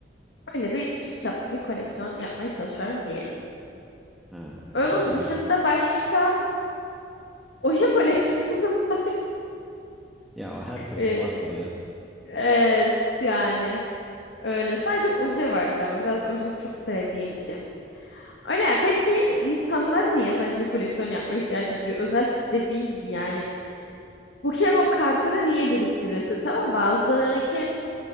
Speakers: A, on the left; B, in the centre.
A: Öyle bir küçük çaplı bir koleksiyon yapmaya çalışıyorum diyelim.
B: Ha,
A: Onun
B: güzel.
A: dışında başka oje koleksiyonum <laughs> var.
B: Ya o her kızın
A: Ee,
B: vardır ya.
A: evet yani öyle. Sadece oje vardır ama biraz oje çok sevdiğim için. Öyle ya. Peki insanlar niye sence koleksiyon yapma ihtiyacı duyuyor? Özellikle dediğin gibi yani Pokemon kartını niye biriktirirsin? Tamam bazılarınınki